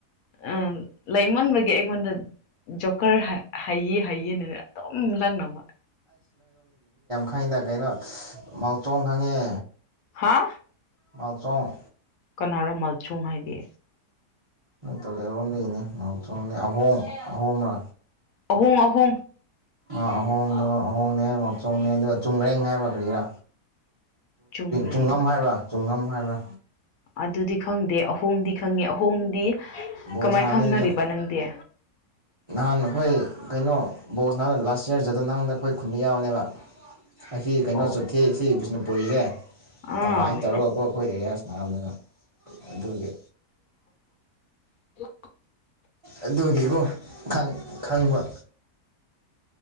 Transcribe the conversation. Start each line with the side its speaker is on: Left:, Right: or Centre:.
Left: ꯑꯥ ꯂꯩꯥꯏꯃꯣꯟꯕꯒꯤ ꯑꯩꯉꯣꯟꯗ ꯖꯣꯀꯔ ꯍꯥꯏꯌꯦ ꯍꯥꯏꯩꯌꯦꯅ ꯑꯗꯨꯝ ꯂꯪꯅꯥꯕ
Right: ꯍꯩꯅ ꯀꯩꯅꯣ ꯃꯥꯇꯣꯡ ꯈꯪꯉꯦ
Left: ꯍꯥꯥ
Right: ꯃꯥꯥꯡ ꯆꯣꯡ
Left: ꯀꯅꯥꯔꯃꯜꯆꯣꯡ ꯍꯥꯏꯗꯤ
Right: ꯅ ꯇ ꯂꯩꯔꯣꯝ ꯂꯩꯅꯦꯝꯅꯦ ꯑꯍꯣꯡ ꯑꯍꯣꯡꯕꯥ
Left: ꯑꯍꯨꯝ ꯑꯍꯨꯝ
Right: ꯑ ꯑꯍꯣꯡꯗꯣ ꯑꯍꯣꯡꯅꯦ ꯃꯣꯆꯣꯡꯅꯦ ꯑꯗꯨꯒ ꯆꯨꯡꯔꯦꯡ ꯍꯥꯏꯕ ꯀꯔꯤꯔꯥ
Left: ꯆꯨꯝꯔꯦꯡ
Right: ꯇꯨꯡꯉꯝ ꯍꯥꯏꯕ꯭ꯔꯥ ꯆꯨꯡꯉꯝ ꯍꯥꯏꯕ
Left: ꯑꯗꯨꯗꯤ ꯈꯪꯗꯦ ꯑꯍꯣꯡꯗꯤ ꯈꯪꯉꯦ ꯑꯍꯣꯡꯗꯤ
Right: ꯕꯣꯜ
Left: ꯀꯃꯥꯏ
Right: ꯁꯥꯟꯅꯕꯅꯤꯗꯨꯁꯨ
Left: ꯈꯪꯅꯔꯤꯕ ꯅꯪꯗꯤ
Right: ꯅꯍꯥꯟ ꯑꯩꯈꯣꯏ ꯀꯩꯅꯣ ꯕꯣꯁ ꯅꯍꯥꯟꯅ ꯂꯥꯁ ꯌꯔꯁꯤ ꯑꯗꯨ ꯅꯪꯅ ꯑꯩꯈꯣꯏ ꯈꯨꯟꯗ ꯌꯥꯎꯅꯦꯕ ꯑꯩ ꯀꯩꯅꯣ
Left: ꯑꯣ
Right: ꯆꯠꯈꯤ ꯁꯤ ꯕꯤꯁꯅꯨ ꯑꯣꯏꯣꯏꯔꯦ
Left: ꯑꯥ
Right: ꯀꯝꯕꯥꯏꯟ ꯇꯧꯔꯒꯀꯣ ꯑꯩꯈꯣꯏ ꯑꯦꯔꯤꯌꯥꯁ ꯃꯝꯗꯅ ꯑꯗꯨꯒꯤ
Left: <inaudible>
Right: ꯑꯗꯨꯒꯤꯀꯣ ꯈꯪ ꯈꯪꯕ